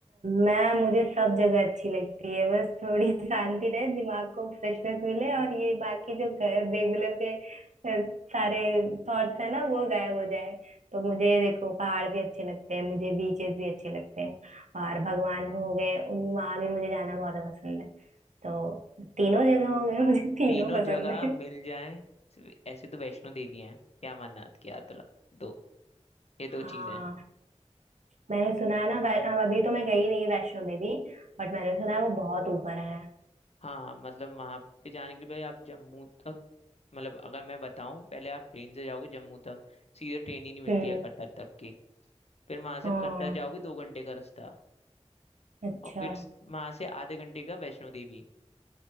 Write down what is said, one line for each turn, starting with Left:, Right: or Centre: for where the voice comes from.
Right: मैं मुझे सब जगह अच्छी लगती है बस थोड़ी <laughs> शांति रहे दिमाग को फ्रेशनेस मिले और ये बाकी जो रेगुलर के अ, सारे थॉट्स है ना वो गायब हो जाए तो मुझे देखो पहाड़ भी अच्छे लगते हैं मुझे बीचेस भी अच्छे लगते हैं और भगवान हो गए उन वहां भी मुझे जाना बहुत पसंद है तो तीनों जगह हो गए मुझे <laughs> तीनों
Left: तीनों
Right: पसंद
Left: जगह
Right: है
Left: मिल जाए सिर्फ ऐसे तो वैष्णो देवी हैं या अमरनाथ की यात्रा दो ये
Right: हाँ
Left: दो चीजें हैं
Right: मैंने सुना है ना वै- अब अभी तो मैं गई नहीं वैष्णो देवी बट मैंने सुना है वो बहुत ऊपर है
Left: हाँ मतलब वहां पे जाने के लिए पहले आप जम्मू तक मतलब अगर मैं बताऊं पहले आप ट्रेन से जाओगे जम्मू तक सीधे ट्रेन ही नहीं मिलती
Right: हम्म
Left: है कटरा तक की फिर वहां से
Right: हाँ
Left: कटरा जाओगे दो घंटे का रास्ता
Right: अच्छा
Left: और फिर वहां से आधे घंटे का वैष्णो देवी